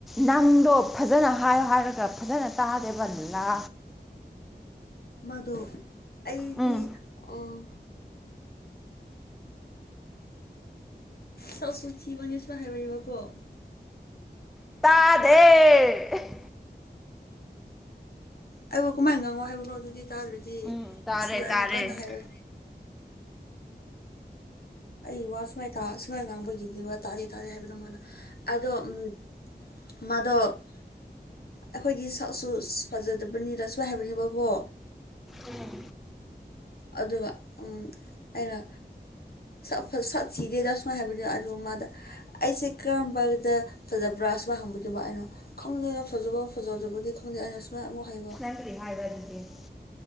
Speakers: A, in the centre; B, on the left (about 60°).
A: ꯅꯪꯗꯣ ꯐꯖꯅ ꯍꯥꯏꯌꯨ ꯍꯥꯏꯔꯒ ꯐꯖꯅ ꯇꯥꯗꯦꯕ ꯂꯥ
B: ꯃꯗꯣ ꯑꯩꯗꯤ
A: ꯎꯝ
B: ꯑꯥ ꯁꯛꯁꯨ ꯊꯤꯕꯅꯦ ꯁꯃꯥꯏ ꯍꯥꯏꯕꯅꯦꯕꯀꯣ
A: ꯇꯥꯗꯦ
B: ꯑꯩꯕꯨ ꯀꯃꯥꯏꯅ ꯉꯥꯡꯉꯣ ꯍꯥꯏꯕꯅꯣ ꯑꯗꯨꯗꯤ ꯇꯥꯗ꯭ꯔꯗꯤ
A: ꯎꯝ ꯇꯥꯔꯦ
B: ꯁꯤ
A: ꯇꯥꯔꯦ
B: ꯑꯩꯅ ꯀꯟꯅ ꯍꯥꯏꯔ ꯑꯩ ꯋꯥ ꯁꯨꯃꯥꯏ ꯁꯨꯃꯥꯏꯅ ꯉꯥꯡꯕꯒꯤꯅꯤ ꯋꯥ ꯇꯥꯗꯦ ꯇꯥꯗꯦ ꯍꯥꯏꯕꯗꯣ ꯃꯥꯅ ꯑꯗꯣ ꯎꯝ ꯃꯥꯗꯣ ꯑꯩꯈꯣꯏꯒꯤ ꯁꯛꯁꯨ ꯐꯖꯗꯕꯅꯤꯗ ꯁꯨꯃꯥꯏ‌ ꯍꯥꯏꯕꯅꯤꯕꯀꯣ
A: ꯎꯝ
B: ꯑꯗꯨꯒ ꯎꯝ ꯑꯩꯅ ꯁꯛ ꯁꯛ ꯊꯤꯗꯦꯗ ꯁꯨꯃꯥꯏ ꯍꯥꯏꯕꯗꯨ ꯑꯗꯨ ꯃꯥꯗ ꯑꯩꯁꯦ ꯀꯔꯝꯕꯗ ꯐꯖꯕ꯭ꯔꯥ ꯁꯨꯃꯥꯏ ꯍꯪꯕꯅꯦꯕ ꯑꯩꯅ ꯈꯪꯗꯦꯗ ꯐꯖꯕ ꯐꯖꯗꯕꯨꯗꯤ ꯈꯪꯗꯦ ꯑꯩꯅ ꯁꯨꯃꯥꯏꯅ ꯑꯃꯨꯛ ꯍꯥꯏꯕ
A: <unintelligible>